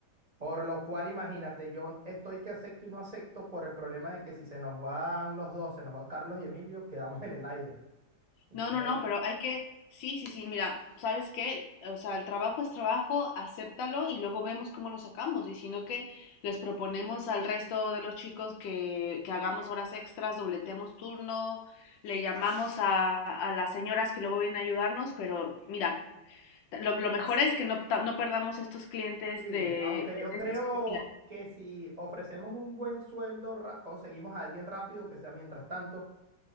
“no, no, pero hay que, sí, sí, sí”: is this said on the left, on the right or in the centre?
Left